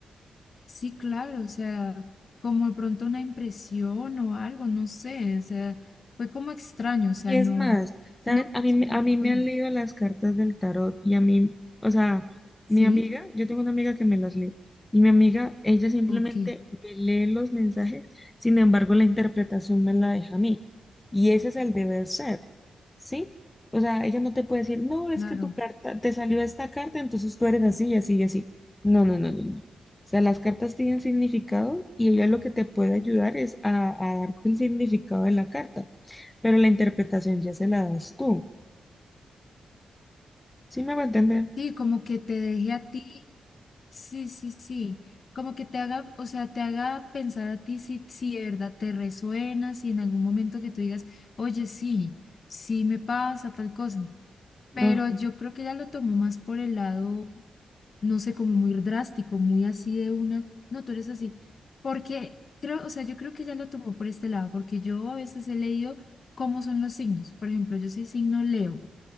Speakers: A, on the left; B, on the left.
A: Sí, claro, o sea, como de pronto una impresión o algo, no sé, o sea, fue como extraño, o sea,
B: Y es
A: no,
B: más, ¿sabes?
A: no,
B: A mí, me-
A: no
B: a mí me
A: con-
B: han leído las cartas del tarot y a mí, o sea,
A: sí,
B: mi amiga, yo tengo una amiga que me las lee y mi amiga, ella simplemente
A: ok,
B: me lee los mensajes, sin embargo, la interpretación me la deja a mí. Y ese es el deber ser, ¿sí? O sea, ella no te puede decir, no, es
A: claro.
B: que tu carta, te salió esta carta, entonces tú eres así y así y así. No, no, no, no, no. O sea, las cartas tienen significado y ella lo que te puede ayudar es a a darte el significado de la carta pero la interpretación ya se la das tú. ¿Sí me hago entender?
A: Sí, como que te deje a ti, sí, sí, sí, como que te haga, o sea, te haga pensar a ti si, si de verdad te resuena, si en algún momento que tú digas, oye, sí, sí me pasa tal cosa, pero
B: Ajá.
A: yo creo que ella lo tomó más por el lado. no sé, como muy drástico, muy así de una, no, tú eres así, porque creo, o sea, yo creo que ya lo tomó por este lado, porque yo a veces he leído cómo son los signos, por ejemplo, yo soy signo Leo,